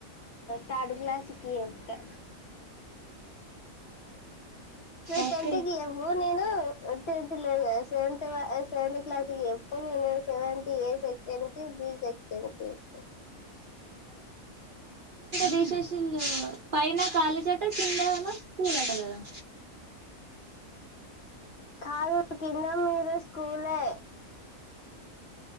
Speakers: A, on the left (about 55°); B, on the right (about 50°).
A: థర్డ్ క్లాస్కి చెప్తా నువ్వు
B: ఓకే
A: టెన్త్ కి చెప్పు నేను టెన్త్ లేదు గదా సెవెన్త్ వ సెవెన్త్ క్లాస్ కి చెప్పు నేను సెవెన్త్ ఎ సెక్షన్ కి బి సెక్షన్ కి జెప్త
B: తీసేసిళ్ళు పైనా కాలేజ్ అట కింద ఏమో స్కూల్ అట గదా
A: కాదు కింద మీద స్కూలే